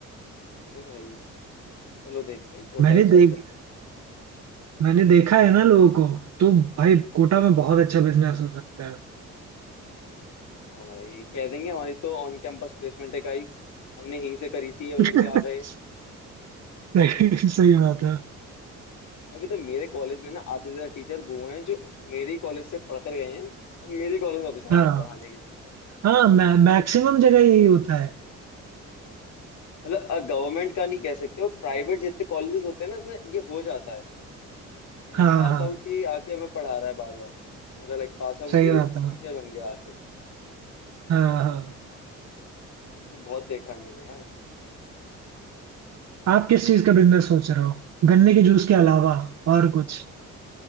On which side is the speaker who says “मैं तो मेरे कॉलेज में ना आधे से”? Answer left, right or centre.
Left